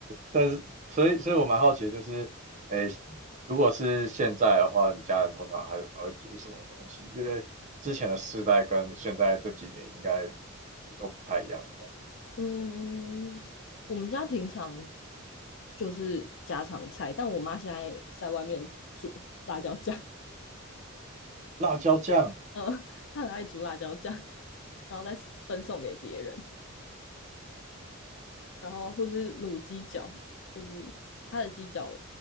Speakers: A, on the right; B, on the left.
A: 但是所以所以我蛮好奇的，就是诶，如果是现在的话，你家人通常还还会煮什么东西？因为之前的世代跟现在这几年应该都不太一样了吧？
B: 嗯，我们家平常就是家常菜，但我妈现在在外面煮辣椒酱，
A: 辣椒酱
B: <laughs> 呃，她很爱煮辣椒酱，然后再分送给别人，然后或是卤鸡脚，就是她的鸡脚，